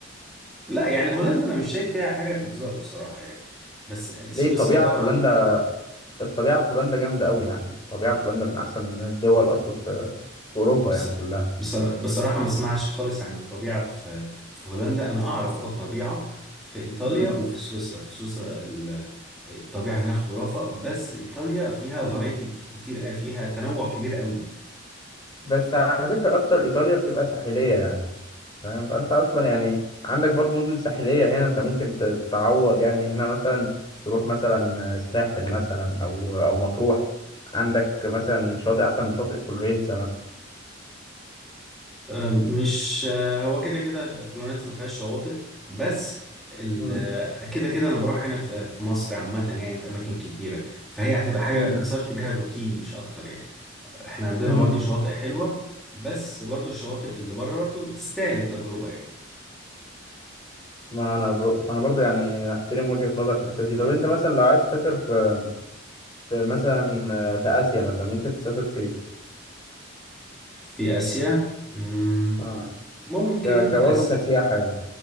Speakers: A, in the centre; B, on the left (about 20°).
A: لا يعني هولندا أنا مش شايف فيها حاجة تتزار بصراحة يعني بس سويسرا
B: ليه الطبيعة
A: طبعا
B: في هولندا الطبيعة في هولندا جامدة أوي يعني الطبيعة في هولندا من أحسن الدول أصلا في في أوروبا
A: بص...
B: يعني كلها
A: بصرا- بصراحة ما اسمعش خالص عن الطبيعة في في هولندا أنا أعرف أه الطبيعة في إيطاليا
B: مم.
A: وفي سويسرا في سويسرا ال- الطبيعة هناك خرافة بس إيطاليا فيها
B: مم.
A: فرايتي كتير أوي، فيها تنوع كبير قوي
B: بس على فكرة أكتر إيطاليا بتبقى ساحلية يعني فاهم فانت اصلا يعني عندك برضو مدن ساحليه هنا انت ممكن ت- تعوض يعني هنا مثلا تروح مثلا الساحل مثلا او او مطروح عندك مثلا شاطئ احسن من شاطئ فلورنسا مثلا
A: آه، مش آه، هو كده كده فلورنسا ما فيهاش شواطئ بس ال-
B: امم
A: آه، كده كده انا بروح هنا في آه، في مصر عامة يعني في اماكن كتيرة فهي هتبقى حاجة
B: امم
A: كسرت بيها الروتين مش اكتر يعني احنا عندنا
B: امم
A: برضو شواطئ حلوة بس برضو الشواطئ اللي بره برضو تستاهل التجربة يعني
B: ما انا ب... انا برضو يعني احترم وجهه نظر في الحته دي طب انت مثلا لو عايز تسافر في في مثلا في اسيا مثلا ممكن تسافر فين
A: في اسيا مم،
B: اه
A: ممكن
B: ك... كبرضو
A: أس...
B: كسياحه يعني